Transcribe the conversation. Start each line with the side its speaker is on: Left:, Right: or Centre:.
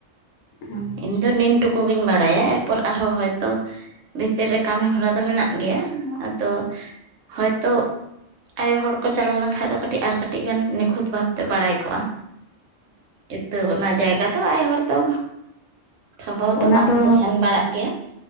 Left: <inaudible>
Right: ᱤᱧ ᱱᱤᱱ ᱴᱩᱠᱩ ᱜᱤᱧ ᱵᱟᱲᱟᱭᱟ ᱮᱨᱯᱚᱨ ᱟᱨᱦᱚᱸ ᱦᱚᱭᱛᱚ ᱵᱷᱤᱛᱤᱨ ᱨᱮ ᱠᱟᱹᱢᱤ ᱦᱚᱨᱟ ᱫᱚ ᱢᱮᱱᱟᱜ ᱜᱮᱭᱟ ᱟᱫᱚ ᱦᱳᱭ ᱛᱚ ᱟᱭᱳ ᱦᱚᱲ ᱠᱚ ᱪᱟᱞᱟᱣ ᱞᱮᱱᱠᱷᱟᱡ ᱫᱚ ᱠᱟᱹᱴᱤᱡ ᱟᱨ ᱠᱟᱹᱴᱤᱡ ᱟᱹᱰᱤ ᱜᱟᱱ ᱱᱤᱠᱷᱩᱛ ᱵᱷᱟᱵᱛᱮ ᱵᱟᱲᱟᱭ ᱠᱚᱜᱼᱟ᱾ ᱠᱤᱱᱛᱩ ᱚᱱᱟ ᱡᱟᱭᱜᱟ ᱫᱚ ᱟᱭᱳ ᱦᱚᱲ ᱫᱚ ᱥᱚᱢᱵᱷᱚᱵᱚᱛᱚ
Left: ᱚᱱᱟ
Right: ᱵᱟᱝᱠᱚ
Left: ᱫᱚ
Right: ᱥᱮᱱ ᱵᱟᱲᱟᱜ ᱜᱮᱭᱟ᱾